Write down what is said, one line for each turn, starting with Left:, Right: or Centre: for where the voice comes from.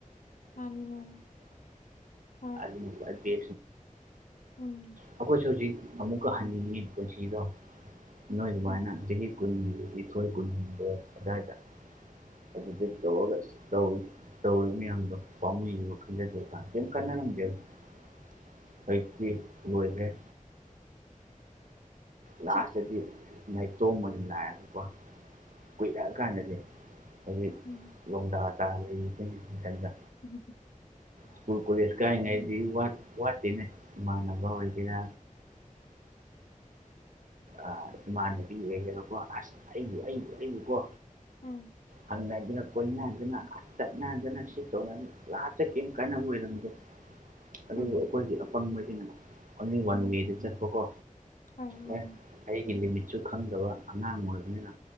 Left: ꯃꯥꯅꯤ ꯃꯥꯅꯤ ꯍꯣꯏ꯫
Right: ꯈꯋ꯭ꯥꯏ ꯕꯦꯁꯠꯅꯤ꯫
Left: ꯎꯝ꯫
Right: ꯑꯩꯈꯣꯏꯁꯨ ꯍꯧꯖꯤꯛ ꯑꯃꯨꯛꯀ ꯍꯟꯅꯤꯡꯉꯤ ꯄꯨꯟꯁꯤꯗꯣ ꯅꯣꯏ ꯑꯗꯨꯃꯥꯏꯅ
Left: ꯎꯝ
Right: ꯆꯍꯤ ꯀꯨꯟꯅꯤꯊꯣꯏ ꯀꯨꯟꯒꯗ ꯑꯗꯨꯗꯥꯋꯥꯏꯗ ꯑꯗꯨꯗ ꯇꯧꯔꯒ ꯇꯧ ꯇꯧꯔꯤꯕ ꯃꯌꯥꯝꯗꯣ ꯄꯥꯝꯃꯨꯅꯣ ꯈꯟꯖꯗꯕꯀꯥꯟ ꯀꯦꯝ ꯀꯅꯥꯔ ꯀꯩꯣꯏꯦ ꯂꯥꯁꯇꯗꯤ
Left: ꯆꯦ
Right: ꯅꯥꯏꯇꯣꯝꯝꯕ ꯂꯅꯥꯏꯑꯕꯀꯣ ꯀꯨꯏꯔꯛꯑ ꯀꯥꯟꯗꯗꯤ ꯑꯩꯣꯏ
Left: ꯎꯝ
Right: ꯂꯣꯡꯗꯥ ꯇꯥ ꯂꯩ ꯀꯒꯤ ꯈꯪꯟꯗ
Left: ꯎꯝ
Right: ꯁ꯭ꯀꯨꯜ ꯀꯣꯦꯖ ꯀꯥꯏ ꯉꯥꯏꯗꯤ ꯋꯥ ꯋꯥꯠꯇꯤꯅꯦ ꯏꯃꯥꯟꯅꯕ ꯑꯣꯏꯗꯅ ꯑ ꯏꯃꯥꯟꯅꯕꯤꯀꯣ ꯑꯁ ꯑꯩ ꯂꯩꯀꯣ꯫
Left: ꯎꯝ꯫
Right: ꯍꯪꯅꯗꯅ ꯀꯣꯏꯅꯗꯅ ꯆꯠꯅꯗꯅ ꯁꯤ ꯇꯧꯅ ꯂꯥꯁꯇ꯭ ꯇꯥꯗꯤ꯫ ꯀꯩ ꯀꯥꯟꯅꯕ ꯑꯣꯏꯔꯝꯒꯦ ꯑꯗꯨꯕꯨ
Left: ꯎꯝ
Right: ꯑꯩꯈꯣꯏꯒꯤ꯫ ꯐꯪꯕꯩꯒꯤꯅ ꯑꯣꯟꯂꯤ ꯋꯥꯟ ꯋꯦꯗ ꯆꯠꯄꯀꯣ꯫
Left: ꯍ ꯃꯥꯅꯤ
Right: ꯑꯦ ꯑꯩꯒꯤ ꯂꯤꯃꯤꯠꯁꯨ ꯈꯪꯗꯕ ꯑꯉꯥꯡ ꯑꯣꯏꯕꯅꯤꯅ